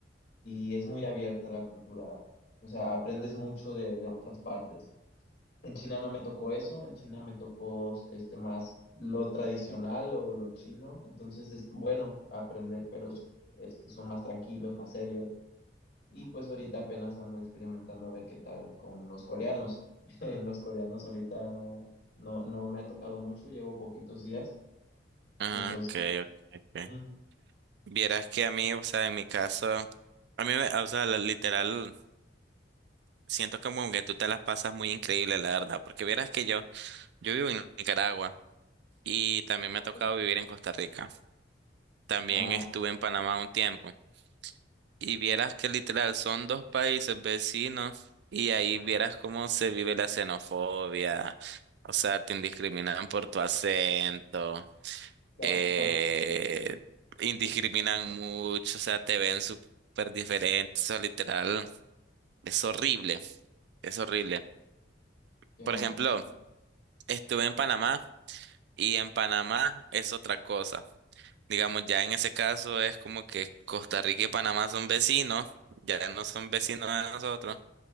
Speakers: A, on the left (about 60°); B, on the right (about 65°).
A: y es muy abierta la cultura. O sea, aprendes mucho de, de otras partes. En China no me tocó eso, en China me tocó este más lo tradicional o lo chino, entonces es bueno aprender, pero s- este, son más tranquilos, más serios. Y pues ahorita apenas ando experimentando a ver qué tal con los coreanos. <laughs> Los coreanos ahorita no, no, no me ha tocado mucho, llevo poquitos días,
B: Ah,
A: entonces,
B: Okay, okay,
A: mm,
B: ok. Vieras que a mí, o sea, en mi caso, a mí, me- o sea, la- literal, siento como que tú te las pasas muy increíble, la verdad, porque vieras que yo, yo vivo en Nicaragua y también me
A: ojo.
B: ha tocado vivir en Costa Rica. También
A: ah,
B: estuve en Panamá un tiempo y vieras que literal son dos países vecinos y ahí vieras cómo se vive la xenofobia, o sea, te discriminan por tu acento.
A: ya,
B: eh,
A: tan-
B: indiscriminan mucho, o sea, te ven súper diferente, o sea, literal, es horrible, es horrible.
A: ya,
B: Por ejemplo,
A: mm,
B: estuve en Panamá y en Panamá es otra cosa. Digamos, ya en ese caso es como que Costa Rica y Panamá son vecinos, ya no son vecinos de nosotros,